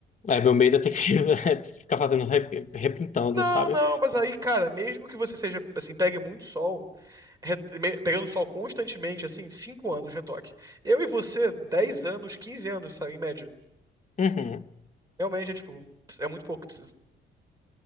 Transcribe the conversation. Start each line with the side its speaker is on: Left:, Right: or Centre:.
Left: É, meu medo é ter que <laughs> ficar fazendo rep- repintando,
Right: Não,
Left: sabe?
Right: não, mas aí, cara, mesmo que você seja, assim, pegue muito sol. re- me- pegando sol constantemente, assim, 5 anos de retoque. Eu e você, 10 anos, 15 anos, sabe, em média.
Left: Uhum.
Right: Realmente é tipo, é muito pouco que precisa.